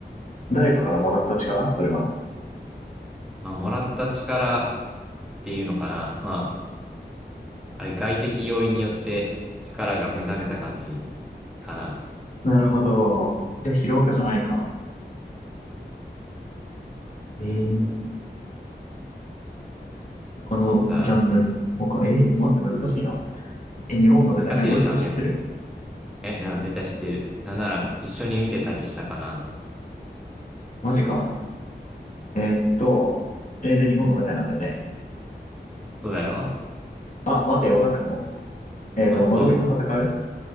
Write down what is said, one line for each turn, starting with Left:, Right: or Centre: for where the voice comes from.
Left: 誰かからもらった力それは。
Centre: まあ、もらった力っていうのかな。まあ、あれ外的要因によって力が目覚めた感じかな。
Left: なるほど。じゃあ、疲労かじゃないか。えー、このジャンル。
Centre: さ
Left: 他、えー、待って、難しいな。え、日本が舞台。
Centre: あ、難しいでしょ、
Left: え、俺それ知ってる
Centre: 当てんの。え、なん、絶対知ってる。なんなら一緒に見てたりしたかな。
Left: マジか。と、えー、で、日本が舞台なんだよね。
Centre: そうだよ。
Left: あ、待って、わかったかも。えっと、
Centre: あ、本当
Left: 呪いと戦う